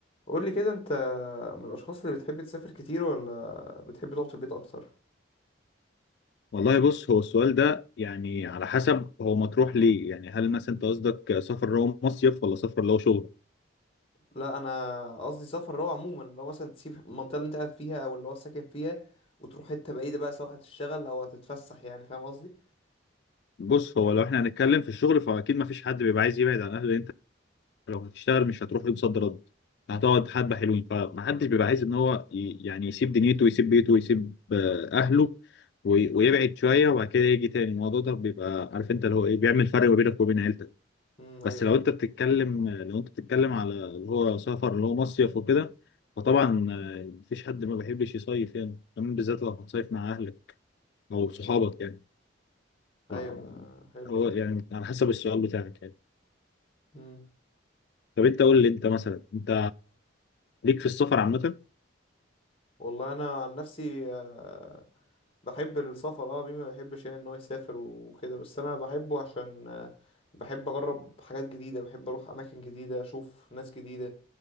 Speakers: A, on the left (about 30°); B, on the left (about 55°).
A: قول لي كده انت من الاشخاص اللي بتحب تسافر كتير ولا بتحب تقعد في البيت اكتر
B: والله بص هو السؤال ده يعني على حسب هو مطروح ليه يعني هل مثلا انت قصدك سفر اللي هو مصيف ولا سفر اللي هو شغل
A: لا انا قصدي سفر اللي هو عموما اللي هو مثلا تسيب المنطقه اللي انت قاعد فيها او اللي هو ساكن فيها وتروح حته بعيده بقى سواء هتشتغل او هتتفسح يعني فاهم قصدي
B: بص هو لو احنا هنتكلم في الشغل فاكيد ما فيش حد بيبقى عايز يبعد عن اهله لأن انت لو هتشتغل مش هتروح يوم صد رد هتقعد حبه حلوين فما حدش بيبقى عايز ان هو ي- يعني يسيب دنيته ويسيب بيته ويسيب آه، اهله وي- ويبعد شويه وبعد كده يجي تاني الموضوع ده بيبقى عارف انت اللي هو ايه بيعمل فرق ما بينك وبين عيلتك
A: امم
B: بس
A: ايوه
B: لو
A: ايوه
B: انت بتتكلم لو انت بتتكلم على اللي هو سفر اللي هو مصيف وكده فطبعا آه، مفيش حد ما بيحبش يصيف يعني كمان بالذات لو هتصيف مع اهلك او
A: امم
B: صحابك يعني
A: ايوه
B: ف
A: ده حلو
B: هو
A: فعلا
B: يعني على حسب السؤال بتاعك يعني
A: امم
B: طب انت قول لي انت مثلا انت ليك في السفر عامة
A: والله انا عن نفسي آه، بحب السفر اه مين ما بيحبش يعني ان هو يسافر وكده بس انا بحبه عشان آه، بحب اجرب حاجات جديده بحب اروح اماكن جديده اشوف ناس جديده